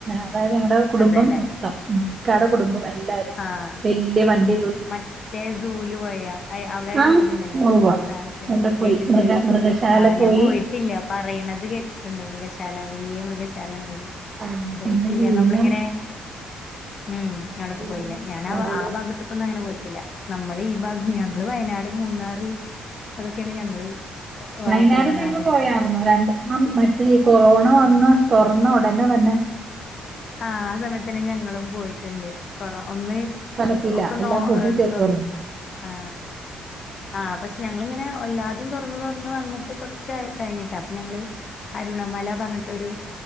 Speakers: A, on the right; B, on the left.
A: അതായത് ഞങ്ങട കുടുംബം
B: അതെല്ലെ
A: മൊത്തം, ഉം ഇക്കാടെ കുടുംബം എല്ലാരും
B: ആഹ്
A: വലിയ വണ്ടി
B: മറ്റേ സൂല് പോയാ അയ് അവിടെ
A: ആഹ്
B: ഇതിണ്ടല്ലോ
A: ഉവ്വ.
B: കാഴ്ചബംഗ്ല
A: അവിടെ പോയി
B: വലുത്
A: മൃഗ മൃഗശാല
B: ആ ഞാൻ
A: പോയി
B: പോയിട്ടില്ല പറയണത് കേട്ടിട്ട്ണ്ട് മൃഗശാ ശാല വല്യ മൃഗശാലണ്ട്ന്ന്
A: ആഹ്
B: പോയിട്ടില്ല
A: പിന്നെ വിഴിഞ്ഞം
B: നമ്മളിങ്ങനെ ഉം അവിടൊക്കെ
A: വിഴിഞ്ഞം
B: പോയില്ലേ. ഞാന
A: കടല്
B: ആ ആ ഭാഗത്തേക്കൊന്നും അങ്ങനെ പോയിട്ടില്ല. നമ്മള് ഈ ഭാഗം ഞങ്ങള് വയനാട് ട് മൂന്നാറ് അതൊക്കെയാണ് ഞങ്ങള് വാഗമണ്
A: വയനാടും ഞങ്ങൾ
B: അങ്ങനൊക്കെ
A: പോയാർന്നു രണ്ട് ആ മറ്റേ ഈ കൊറോണ വന്ന് തൊറന്നൊട എന്നാ വന്നെ
B: ആ ആ സമയത്തന്നെ ഞങ്ങളും പോയിട്ടുണ്ട് കൊറോ ഒന്ന്
A: ക്കാൻ പറ്റില്ല
B: ഒക്കെ നോ
A: എല്ലാം പൂട്ടിയിട്ടേക്കുവായിരുന്നു.
B: തൊറ ആ ആ പക്ഷെ ഞങ്ങളിങ്ങനെ വല്ലാതും തോ തൊറന്ന് തൊറന്ന് വന്നിട്ട് കൊറച്ച് ക കഴിഞ്ഞിട്ട അപ്പൊ ഞങ്ങള് അരുണമല പറഞ്ഞിട്ടൊരു